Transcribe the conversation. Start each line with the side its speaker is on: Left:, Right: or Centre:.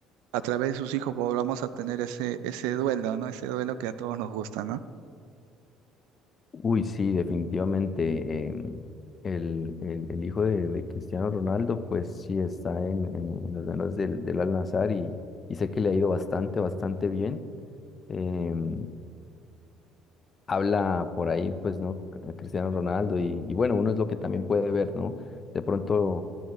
Right: a través de sus hijos volvamos a tener ese, ese duelo, ¿no? Ese duelo que a todos nos gusta, ¿no?
Left: Uy, sí, definitivamente. em, el, el- el hijo de, de Cristiano Ronaldo, pues sí está en, en, en las manos del, del Al-Nassr y, y sé que le ha ido bastante, bastante bien. Em, habla por ahí, pues, ¿no? Eh, Cristiano Ronaldo y, y bueno, uno es lo que también puede ver, ¿no? De pronto,